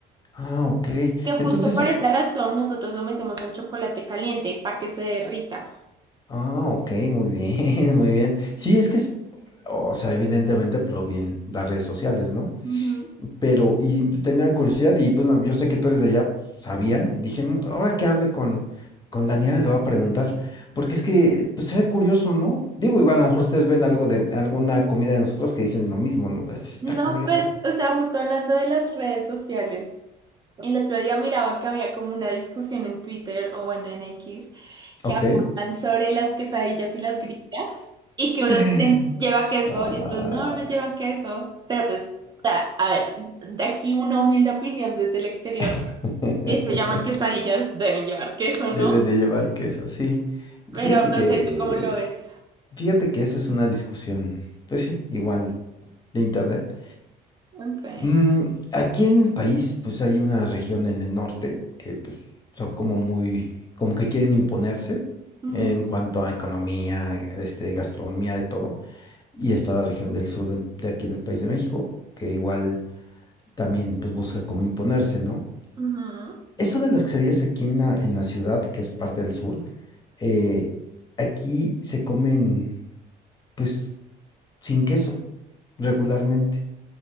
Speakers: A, on the left; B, on the right.
A: Ah, ok.
B: que justo
A: Entonces,
B: por
A: ah,
B: esa razón nosotros lo metemos al chocolate caliente para que se derrita.
A: ah, ok, muy bien, <laughs> muy bien. Sí, es que, es- o sea, evidentemente, pues lo vi en las redes sociales, ¿no?
B: Ujú.
A: Pero, y tenía curiosidad, y bueno, yo sé que tú eres de allá, pues, sabía, y dije, "Mm, ahora que hable con, con Daniela, le voy a preguntar, porque es que, pues se ve curioso, ¿no? Digo, igual a lo mejor ustedes ven algo de alguna comida de nosotros que dicen lo mismo, ¿no? "Esto Está
B: No,
A: curioso.
B: pues, o sea, justo hablando de las redes sociales, el otro día miraba que había como una discusión en Twitter o bueno, en X, que
A: Ok.
B: hablaban sobre las quesadillas y las grillas y que unos
A: <laughs>
B: dicen lleva queso
A: Ah,
B: y otros no, no llevan queso, pero pues, o sea, a ver, de aquí una humilde opinión desde el exterior,
A: <laughs>
B: si se llaman quesadillas, deben llevar queso,
A: Debe
B: ¿no?
A: de llevar queso, sí.
B: Pero
A: Fíjate
B: no
A: que,
B: sé, ¿tú cómo lo ves?
A: fíjate que eso es una discusión, pues sí, igual, de internet.
B: Ok.
A: Mm, aquí en el país, pues hay una región en el norte que pues son como muy, como que quieren imponerse
B: Ujú,
A: en cuanto a economía, este, gastronomía, de todo. Y está la región del sur del- de aquí del país de México, que igual también pues busca como imponerse, ¿no?
B: ujú.
A: Eso de las quesadillas aquí en la, en la ciudad, que es parte del sur, eh, aquí se comen pues sin queso regularmente.